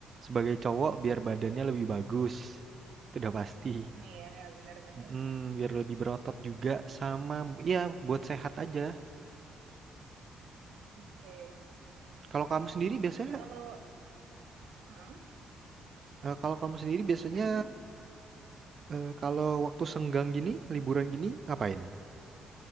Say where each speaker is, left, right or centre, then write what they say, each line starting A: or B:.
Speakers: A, on the right; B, on the right.
A: Sebagai cowok biar badannya lebih bagus. Itu udah pasti.
B: Nah ya benar-benar
A: Mm,
B: benar. benar.
A: biar lebih berotot juga sama ya buat sehat aja.
B: Oke
A: Kalau kamu sendiri biasanya
B: kalau ah
A: eh, kalau kamu sendiri biasanya
B: gimana gimana?
A: eh, kalau waktu senggang gini, liburan gini ngapain?